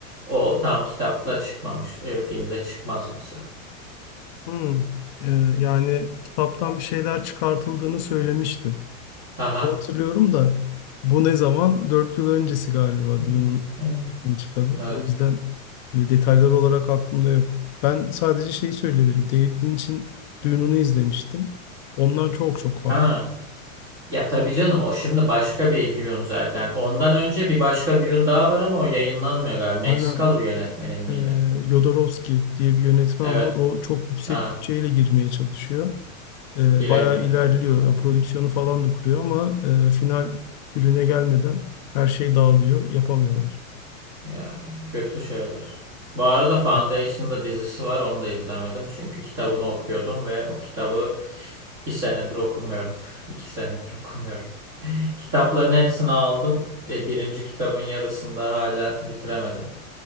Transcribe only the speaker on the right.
O tam kitapta çıkmamış. e, filmde çıkmaz mesela.
Aha.
Evet.
Evet.
evet.
Ha. Ya tabii canım o şimdi başka bir Dune zaten. Ondan önce bir başka Dune daha var ama o yayınlanmıyor galiba. Meksikalı
bir yönetmenin miydi?
Evet.
Ha.
Giremiyor
tabii. Olmuyor.
Evet.
Ya, kötü şeyler. Bu arada Foundation'da
dizisi var. Onu da izlemedim. Çünkü kitabını okuyordum ve o kitabı bir senedir okumuyorum. <laughs> İki senedir okumuyorum. <laughs> Kitapların hepsini aldım. E, birinci kitabın yarısında hala bitiremedim.